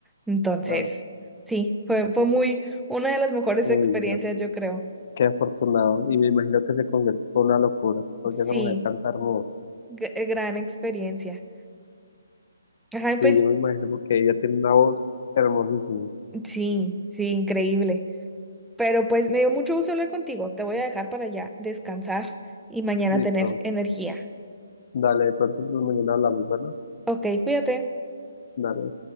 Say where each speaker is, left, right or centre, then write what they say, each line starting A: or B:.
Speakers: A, in the centre; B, on the left.
A: Entonces,
B: claro,
A: sí, fue, fue muy, una de las mejores
B: uy,
A: experiencias,
B: no.
A: yo creo.
B: Qué afortunado. Y me imagino que ese concierto fue una locura, porque
A: Sí,
B: esa mujer canta hermoso.
A: gr- eh, gran experiencia. Ajá,
B: Sí,
A: pues
B: yo me imagino porque ella tiene una voz hermosísima.
A: sí, sí, increíble. Pero pues me dio mucho gusto hablar contigo. Te voy a dejar para ya descansar y mañana
B: Listo.
A: tener energía.
B: Dale, de pronto pues, mañana hablamos, ¿verdad?
A: Ok, cuídate.
B: Dale.